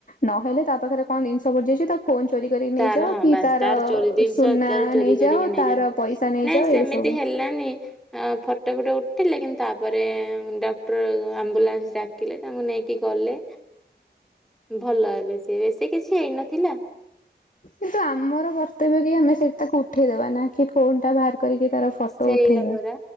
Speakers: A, on the left; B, in the centre.
A: ନହେଲେ ତା ପାଖରେ କଣ ଜିନିଷ ପଡିଯାଇଛି ତା ଫୋନ ଚୋରି କରିକି ନେଇଯାଅ
B: ତାର ହଁ
A: କି
B: ବାସ୍ ତାର ଚୋରି ଜିନିଷ
A: ସୁନା
B: ତାର ଚୋରି
A: ନେଇଯାଅ
B: କରିକି ନେଇଯାାଉ
A: ତାର ପଇସା ନେଇଯାଅ
B: ନାଇଁ ସେମିତି
A: ଏସବୁ
B: ହେଲାନି ଫଟୋ ଫୁଟ ଉଠ ଥିଲେ କିନ୍ତୁ ତାପରେ ଡକ୍ଟର ଆମ୍ବୁଲାନ୍ସ ଡାକିଲେ ତାଙ୍କୁ ନେଇକି ଗଲେ ଭଲ ଏବେ ସି ବେଶୀ କିଛି ହେଇନଥିଲା।
A: କିନ୍ତୁ ଆମର କର୍ତ୍ତବ୍ୟ କି ଆମେ ସେଇ ତାକୁ ଉଠେଇଦବା ନା କି ଫୋନ ଟା ବାହାର କରିକି ତାର ଫଟୋ
B: ସେଇଆପରା
A: ଉଠେଇବା।